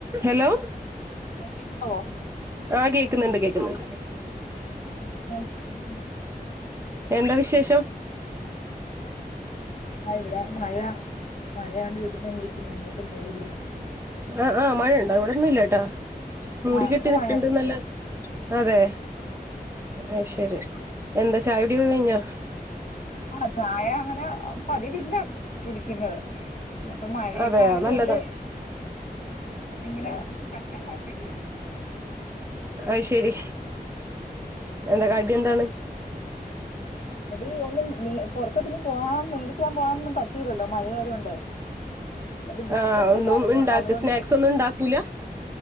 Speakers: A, on the right; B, on the left.
A: ഹലോ
B: ഹലോ കേൾക്കാവോ
A: ആഹ് കേക്ക്ന്ന്ണ്ട് കേക്ക്ന്ന് ണ്ട്
B: ഉം പിന്നെ <unintelligible> ണ്ട്
A: എന്ത വിശേഷം
B: പിന്നെ ഇവിടെ മഴ മഴആയോണ്ട് വീട്ടി തന്നെ ഇരിക്കുന്ന് എങ്ങോട്ടും പോയില്ല
A: ആഹ് ആഹ് മഴയുണ്ട ഇവടൊന്നും ഇല്ലാ ട്ടാ
B: ആഹ്
A: മൂടി കെട്ടി
B: ഇവിടെ
A: ന്‌ക്ക്‌ണ്ട്നല്ല
B: മഴയുണ്ട്
A: അതെ അയ് ശരി എന്താ ചായുടി ഒക്കെ കയ്ഞ്ഞോ
B: ആഹ് ചായ അങ്ങനെ പതിവില്ല കുടിക്ക്ന്നത് പിന്നപ്പ മഴയൊക്കെ
A: അതെയ
B: ആയത്
A: നല്ലതാ
B: കൊണ്ട് ഇങ്ങനെ കട്ടൻ കാപ്പി ഇട്ട്‌ കുടിച്ചു
A: അയ് ശരി എന്താ കടി എന്താണ്
B: കടി ഒന്നും മേ പൊറത്തോടൊന്നും പോവാൻ മേടിക്കാൻ പോവാനൊന്നും പറ്റീല്ലല്ലോ മഴ ആയത് കൊണ്ട് അതൊണ്ട് ബിസ്ക്കറ്റ്
A: ആ ഒന്നും
B: ഉണ്ടാരുന്നു
A: ഉണ്ടാക്ക
B: അത്കൊണ്ട്
A: സ്നാക്സ് ഒന്നും ഉണ്ടാക്കൂല